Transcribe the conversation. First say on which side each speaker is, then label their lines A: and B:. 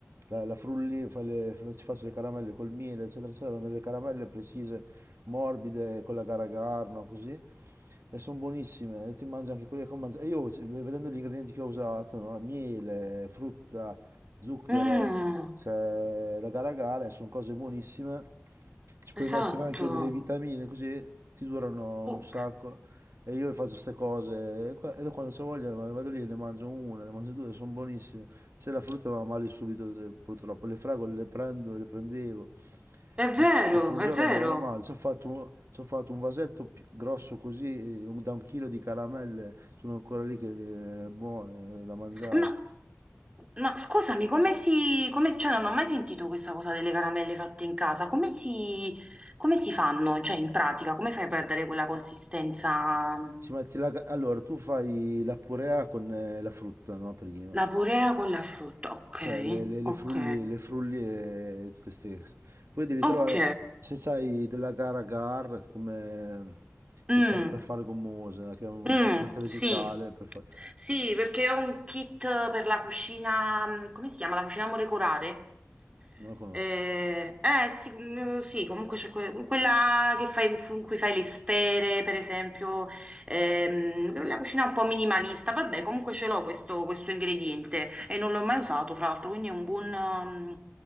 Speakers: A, on the right; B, on the right.
A: la, la frulli, fai le- fa- ci faccio le caramelle col miele, eccetera, eccetera, vengono le caramelle precise, morbide, con la gara così e sono buonissime, e ti mangi anche quelle che ho mangiato. E io, c- vedendo gli ingredienti che ho usato, no, miele, frutta, zucchero,
B: Mm,
A: se- raga raga, e sono cose buonissime. Ci puoi
B: esatto.
A: mettere anche delle vitamine, così ti durano
B: Ok,
A: un sacco. E io faccio queste cose, e qua- e quando c'ho voglia vado lì e ne mangio una, ne mangio due, sono buonissime. Se la frutta va male subito, eh, purtroppo. Le fragole le prendo, le prendevo.
B: È vero,
A: Dopo dopo un
B: è
A: giorno
B: vero.
A: andavano a male, ci ho fatto un, ci ho fatto un vasetto pi- grosso così, un- da un chilo di caramelle, sono ancora lì che eh, buone, eh, da mangiare.
B: Ma, ma scusami, come si... come- cioè, non ho mai sentito questa cosa delle caramelle fatte in casa. Come si, come si fanno? Cioè, in pratica, come fai a perdere quella consistenza?
A: Ci metti la, ca- allora, tu fai la purea con eh, la frutta, no? Prima.
B: La purea con la frutta, ok,
A: Cioè, le, le, le
B: ok,
A: frulli, le frulli e tutte ste cose. Poi devi
B: ok.
A: trovare, se sai, della gara agar, come...
B: Mm,
A: Per fare, per fare gommose, che è un
B: mm,
A: componente vegetale,
B: sì,
A: per fare...
B: sì, perché ho un kit per la cucina, mm, come si chiama? La cucina molecolare?
A: Non la conosco.
B: Eh, eh, sì, mm, sì, comunque c'è que- quella che fai, in cui fai le sfere, per esempio, ehm, la cucina un po' minimalista, vabbè, comunque ce l'ho questo, questo ingrediente e non l'ho mai usato, fra l'altro, quindi è un buon, ehm,